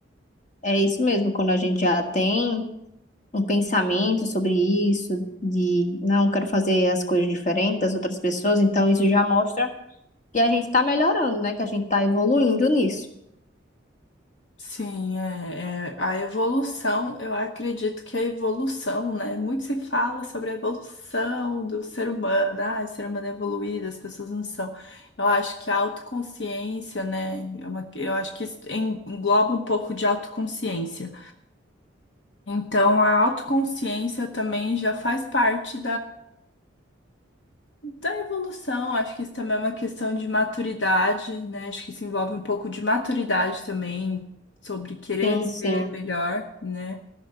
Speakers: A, on the left; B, on the left.
A: é isso mesmo, quando a gente já tem um pensamento sobre isso, de não quero fazer as coisas diferentes das outras pessoas, então isso já mostra que a gente tá melhorando, né? Que a gente tá evoluindo nisso.
B: Sim, é, é- a evolução, eu acredito que a evolução, né? Muito se fala sobre a evolução do ser humano, ah, o ser humano é evoluído, as pessoas não são. Eu acho que a autoconsciência, né? é uma- eu acho que isso en- engloba um pouco de autoconsciência. Então, a autoconsciência também já faz parte da evolução, acho que isso também é uma questão de maturidade, né? Acho que isso envolve um pouco de maturidade também, sobre querer
A: Sim,
B: ser
A: sim.
B: melhor, né?